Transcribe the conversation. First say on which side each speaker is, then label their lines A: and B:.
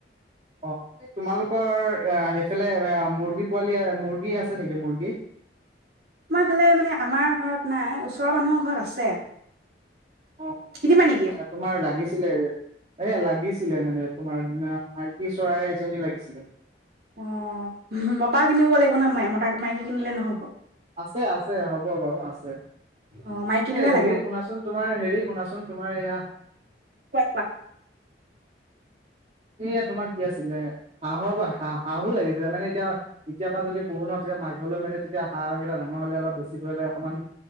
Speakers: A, on the right; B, on the right.
A: অ এই তোমালোকৰ এ সেইফালে মুৰ্গী পোৱালি মুৰ্গী আছে নেকি মুৰ্গী
B: তোমাৰ ফালে মানে আমাৰ ঘৰত নাই ওচৰৰ মানুহৰ ঘৰত আছে
A: অ
B: কিনিবা নেকি
A: এইয়া তোমাৰ লাগিছে ছিলে এয়া লাগিছিল ছিলে মানে তোমাৰ মাইকী চৰাই এজনী লাগিছিলে
B: অ', মতা কিনিব লাগিব ন মতা মাইকি কিনিলে নহ'ব
A: আছে আছে হ'ব বাৰু আছে
B: অ মাইকীটোহে
A: এই হেৰি
B: লাগে আৰু
A: শুনাচোন তোমাৰ হেৰি শুনাচোন তোমাৰ এয়া
B: কোৱা কোৱা
A: এ তোমাৰ কি আছিলে হাঁহৰ পৰা হা হাঁহো লাগিছিলে মানে এতিয়া এতিয়াৰ পৰা যদি পোহো ন তেতিয়া মাঘলৈ মানে তেতিয়া হাঁহ কেইটা ডাঙৰ হলে অলপ বেছি ধৰিলে অকমান